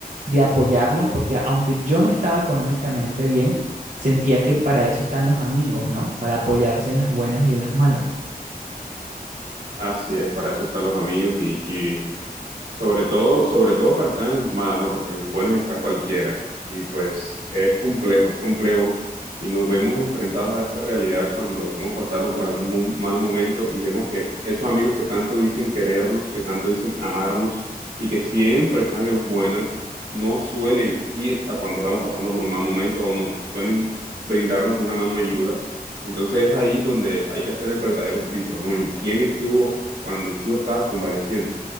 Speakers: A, on the right; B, on the right.
A: de apoyarla, porque aunque yo no estaba económicamente bien, sentía que para eso están los amigos, ¿no? Para apoyarse en las buenas y en las malas.
B: Así es, para eso están los amigos y, Sobre todo, sobre todo para estar en las malas, ¿no? Porque en las buenas está cualquiera. Y pues es complejo, es complejo. Y nos vemos enfrentados a esa realidad cuando estamos pasando por algún mo- mal momento y vemos que esos amigos que tanto dicen querernos, que tanto dicen amarnos y que siempre están en las buenas, no suelen ir a cuando estamos pasando por un mal momento o no suelen brindarnos una mano de ayuda. Entonces es ahí donde hay que hacer el verdadero filtro, ¿no? En quién estuvo cuando tú estabas convaleciente